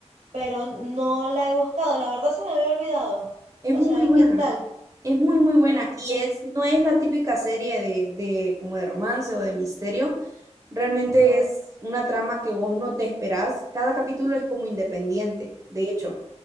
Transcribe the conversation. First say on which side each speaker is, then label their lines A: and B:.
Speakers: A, on the right (about 80°); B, on the right (about 30°).
A: pero no la he buscado. La verdad se me había olvidado.
B: Es
A: O
B: muy
A: sea, ¿y
B: buena.
A: qué tal?
B: Es muy, muy buena.
A: Ah,
B: Y
A: mm,
B: es, no es la típica serie de, de como de romance o de misterio. Realmente
A: ajá.
B: es una trama que vos no te esperás. Cada capítulo es como independiente, de hecho.